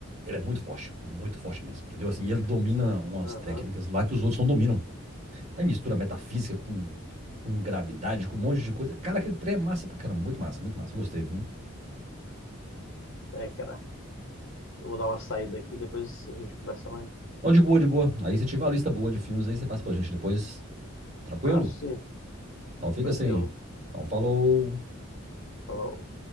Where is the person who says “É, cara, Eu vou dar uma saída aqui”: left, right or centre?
Left